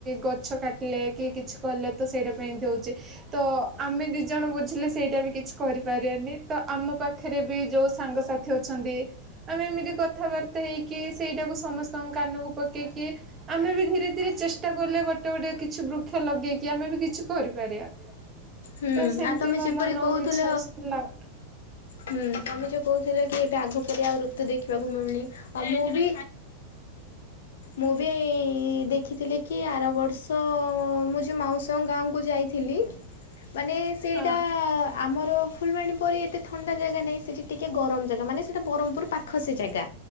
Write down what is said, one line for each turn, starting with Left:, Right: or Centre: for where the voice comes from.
Right: ଗଛ କାଟିଲେ କି କିଛି କଲେ ତ ସେଇଟା ପାଇଁ ଏମିତି ହଉଚି ତ ଆମେ ଦି ଜଣ ବୁଝିଲେ ସେଇଟା ବି କିଛି କରିପାରିବାନି ତ ଆମ ପାଖରେ ବି ଯୋଉ ସାଙ୍ଗସାଥି ଅଛନ୍ତି ନ୍ତି। ଆମେ ଏମିତି କଥାବାର୍ତ୍ତା ହେଇକି ସେଇଟାକୁ ସମସ୍ତଙ୍କ କାନକୁ ପକେଇକି ଆମେ ବି ଧୀରେ ଧୀରେ ଚେଷ୍ଟା କଲେ ଗୋଟେ ଗୋଟେ କିଛି ବୃକ୍ଷ ଲଗେଇକି ଆମେ ବି କିଛି କରିପାରିବା।
Left: ହୁଁ
Right: ତ ସେମିତି
Left: ଆଉ ତମେ
Right: ମୋ
Left: ଯେପରି
Right: ମନକୁ
Left: କହୁଥିଲ
Right: କିଛି ଆସିଥିଲା।
Left: ହୁଁ ତମେ ଯୋଉ କହୁଥିଲ କି ଏଟା ଆଗ ଆଉ ଋତୁ ଦେଖିବାକୁ ମିଳୁନି ଆଉ ମୁଁ ବି ମୁଁ ବି ଏଇ ଦେଖିଥିଲି କି ଆର ବର୍ଷ ମୁଁ ଯଉ ମାଉସୀ ଗାଁକୁ ଯ ଯାଇଥିଲି, ମାନେ ସେଇଟା
Right: ହଁ
Left: ଆମର ଫୁଲବାଣୀ ପରି ଏତେ ଥଣ୍ଡା ଜାଗା ନାହିଁ ସେଠି ଟିକେ ଗରମ ଜାଗା ମାନେ ସେଟା ବରହମପୁର ପାଖ ସେେ ଜାଗା